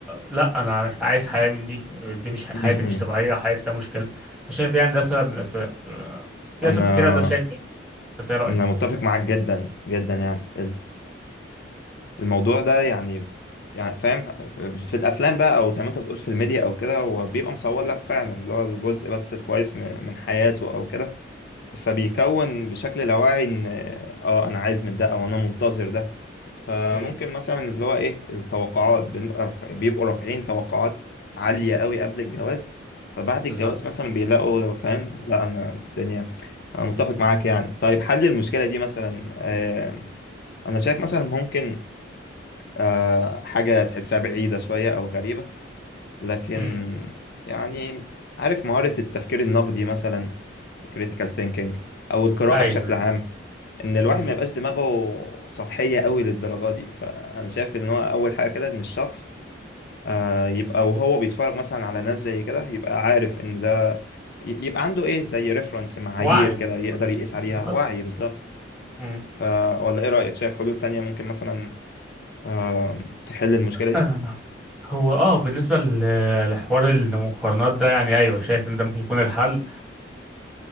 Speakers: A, in the centre; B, on the left.
A: لا انا محتاج عايز حياة من دي دي مش حياتي
B: مم، مم.
A: مش طبيعية حياتي فيها مشكلة فشايف ده يعني ده سبب من الاسباب آه، في
B: انا
A: اسباب كتيرة ده شايف إيه؟ انت ايه رأيك
B: انا متفق معاك جدا جدا يعني الموضوع ده يعني يعني فاهم في الافلام بقى او زي ما انت بتقول في الميديا او كده هو بيبقى مصور
A: مم.
B: لك فعلا اللي هو الجزء بس الكويس م- من حياته او كده فبيكون بشكل لاواعي ان اه انا عايز من ده او انا منتظر ده فممكن
A: مم.
B: مثلا اللي هو ايه التوقعات بنبقى رف- بيبقوا رافعين توقعات عالية قوي قبل الجواز فبعد الجواز
A: بالظبط
B: مثلا بيلاقوا لو فاهم لا انا الدنيا انا متفق معاك يعني طيب حل المشكلة دي مثلا آه، انا شايف مثلا ممكن آه، حاجة تحسها بعيدة شوية أو غريبة لكن
A: مم.
B: يعني عارف مهارة التفكير النقدي مثلا critical thinking أو القراءة
A: ايوه
B: بشكل عام إن الواحد
A: مم.
B: ما يبقاش دماغه سطحية قوي للدرجة دي فأنا شايف إن هو أول حاجة كده إن الشخص آه، يبقى وهو بيتفرج مثلا على ناس زي كده يبقى عارف إن ده ي- يبقى عنده إيه زي ريفرنس معايير
A: وعي
B: كده يقدر يقيس عليها
A: بالظبط
B: وعي بالظبط
A: مم.
B: ف- ولا إيه رأيك شايف حلول تانية ممكن مثلا آه، تحل المشكلة
A: آه. هو اه بالنسبة ل- لحوار المقارنات ده يعني ايوه شايف ان ده ممكن يكون الحل